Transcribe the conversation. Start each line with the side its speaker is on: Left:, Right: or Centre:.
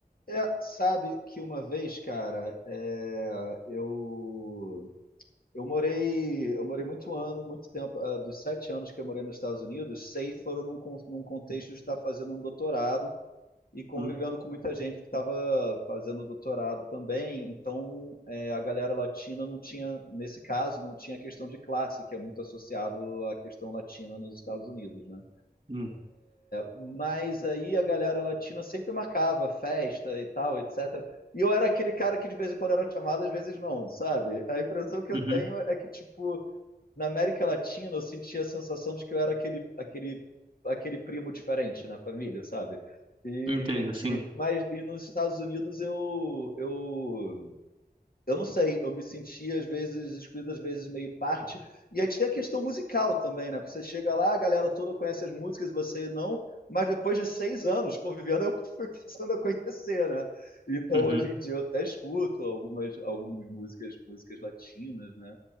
Left: É, sabe que uma vez, cara, é, eu eu morei eu morei muito ano, muito tempo, ah, dos sete anos que eu morei nos Estados Unidos, seis foram num, con- num contexto de estar fazendo um doutorado e convivendo
Right: Hum,
Left: com muita gente que estava fazendo doutorado também. Então, é, a galera latina não tinha, nesse caso, não tinha a questão de classe, que é muito associado à questão latina nos Estados Unidos, né?
Right: hum,
Left: Mas aí a galera latina sempre marcava festa e tal, etc. E eu era aquele cara que de vez em quando era chamado, às vezes não, sabe? A impressão que eu
Right: uhum,
Left: tenho é que, tipo, na América Latina eu sentia a sensação de que eu era aquele, aquele, aquele primo diferente na família, sabe? E,
Right: entendo, sim.
Left: e, mas, e nos Estados Unidos eu, eu eu não sei, eu me sentia às vezes excluído, às vezes meio parte. E aí tinha a questão musical também, né? Porque você chega lá, a galera toda conhece as músicas, você não. Mas depois de seis anos convivendo, <laughs> eu fui passando a conhecer, né? Então
Right: Uhum.
Left: hoje em dia eu até escuto algumas, algumas músicas, músicas latinas, né?